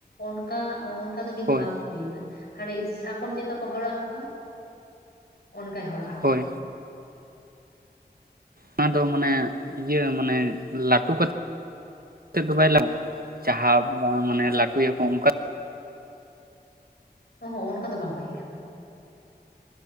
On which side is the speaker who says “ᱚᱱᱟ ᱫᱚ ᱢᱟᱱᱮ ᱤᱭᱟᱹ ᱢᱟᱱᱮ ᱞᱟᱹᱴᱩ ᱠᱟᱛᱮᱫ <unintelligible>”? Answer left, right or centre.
Right